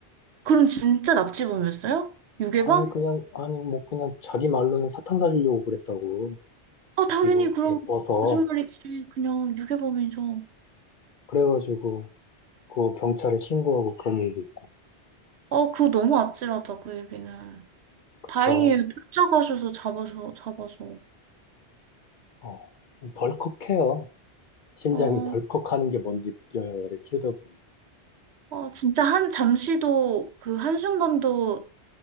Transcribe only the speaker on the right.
그럼 진짜 납치범이었어요? 유괴범?
아, 당연히
그럼
거짓말이지. 그냥 유괴범이죠.
아, 그거 너무 아찔하다, 그 얘기는.
다행이에요. 쫓아가셔서 잡아서, 잡아서.
어,
어, 진짜 한, 잠시도, 그 한순간도